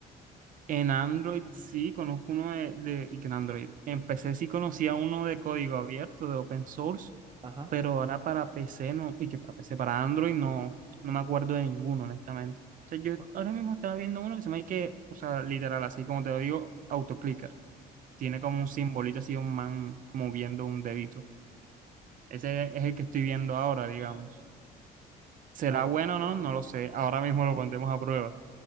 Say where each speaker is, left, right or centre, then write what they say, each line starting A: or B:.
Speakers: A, on the right; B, on the right.
A: En Android sí, conozco uno de, de- y que en Android. En PC sí conocía uno de código abierto, de open source,
B: Ajá.
A: pero ahora para PC no, y que para PC, para Android no, no me acuerdo de ninguno, honestamente. O sea, yo
B: Ok,
A: ahora mismo
B: ok,
A: estaba viendo uno que se me hay que, o sea, literal, así como te lo digo, autoclicker. Tiene
B: ajá.
A: como un simbolito así, un man moviendo un dedito. Ese es el que estoy viendo ahora, digamos. ¿Será
B: Vale.
A: bueno o no? No lo sé. Ahora mismo lo pondremos a prueba.